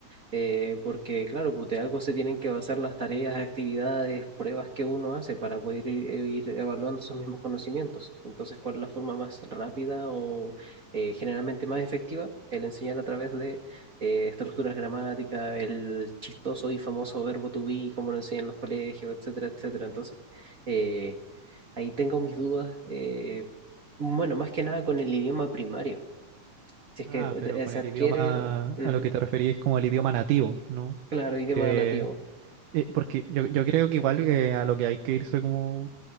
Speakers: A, on the right (about 30°); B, on the right (about 85°).
A: eh, porque claro, pues de algo se tienen que basar las tareas, actividades, pruebas que uno hace para poder ir, e ir evaluando esos mismos conocimientos. Entonces, ¿cuál es la forma más rápida o eh, generalmente más efectiva? El enseñar a través de eh, estructuras gramáticas, el chistoso y famoso verbo to be, como lo enseñan en los colegios, etcétera, etcétera. Entonces, eh, ahí tengo mis dudas, eh, bueno, más que nada con el idioma primario. Si es
B: Ah,
A: que eh,
B: pero con
A: se
B: el
A: adquiere,
B: idioma
A: ujú,
B: a lo que te referís como el idioma nativo, ¿no?
A: claro,
B: Porque,
A: idioma nativo.
B: eh, porque yo, yo creo que igual eh, a lo que hay que irse como